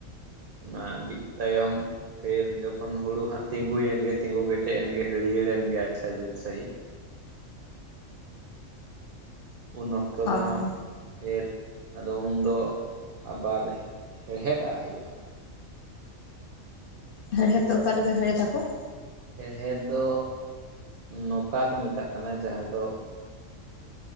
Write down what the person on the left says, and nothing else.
ᱦᱳᱭ
ᱦᱮᱲᱦᱮᱫ ᱫᱚ ᱚᱠᱟ ᱞᱮᱠᱟ ᱦᱮᱲᱮᱫᱟᱠᱚ